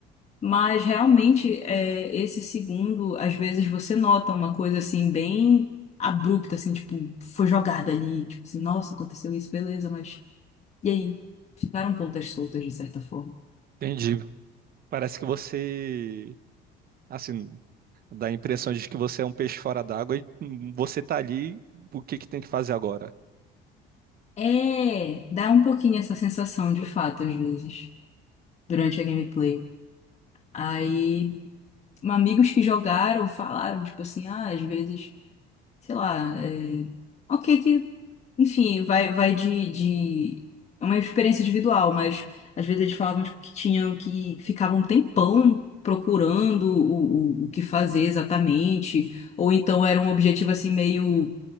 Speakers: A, on the left; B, on the right.
A: Mas realmente, é, esse segundo, às vezes você nota uma coisa assim, bem abrupta, assim, tipo, foi jogada ali, tipo assim, nossa, aconteceu isso, beleza, mas e aí? Ficaram pontas soltas de certa forma.
B: entendi. Parece que você, assim, Dá a impressão de que você é um peixe fora d'água e hum, você tá ali, o que que tem que fazer agora?
A: É, dá um pouquinho essa sensação de fato, às vezes, durante a gameplay. Aí, amigos que jogaram falaram, tipo assim, ah, às vezes, sei lá, é, ok que Enfim, vai, vai de, de. É uma experiência individual, mas às vezes eles falavam tipo, que tinham que ficavam um tempão procurando o, o, o que fazer exatamente, ou então era um objetivo assim meio,